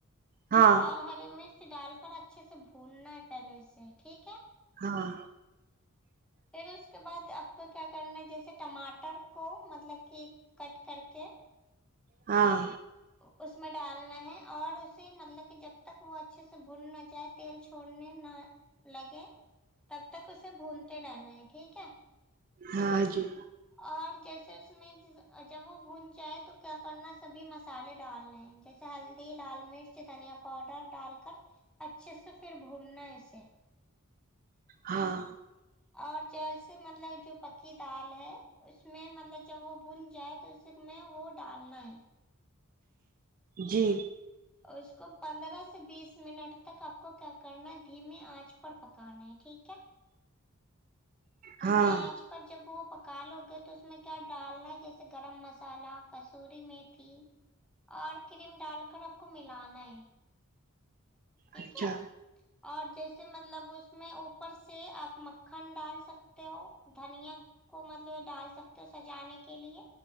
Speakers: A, on the right; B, in the centre.
A: ہاں
B: اور ہری مرچ ڈال کر اچھے سے بھوننا ہے پہلے اس سے ٹھیک ہے
A: ہاں
B: پھر اس کے بعد آپ کو کیا کرنا ہے جیسے ٹماٹر کو مطلب کہ کٹ کر کے
A: ہاں
B: او اس میں ڈالنا ہے اور اسے مطلب کہ جب تک وہ اچھے سے بھن نہ جائے تیل چھوڑنے نہ لگے تب تک اسے بھونتے رہنا ہے ٹھیک ہے
A: ہاں جی
B: اور جیسے اس میں جب وہ بھون جائے تو کیا کرنا سبھی مس الے ڈالنے ہیں جیسے ہلدی لال مرچ دھنیا پاؤڈر ڈال کر اچھے سے پھر بھوننا ہے اسے
A: ہاں
B: اور جیسے مطلب جو پکی دال ہے اس میں مطلب جب وہ بھن جائے تو اس میں وہ ڈالنا ہے
A: جی
B: اور اس کو پندرہ سے بیس منٹ تک آپ کو کیا کرنا ہے دھیمیے آنچ پر پکانا ہے ٹھیک ہے دھیمی
A: ہاں
B: انچ پر جب وہ پکا لو گے تو اس میں کیا ڈالنا ہے جیسے گرم مسالح کسوری میتھی اور کریم ڈال کر آپ کو ملانا ہے ٹھیک
A: اچھا
B: ہے اور جیسے مطلب اس میں اوپر سے آپ مکھن ڈال سکتے ہو دھنیا کو مطلب یہ ڈال سکتے ہو سجانے کے لیے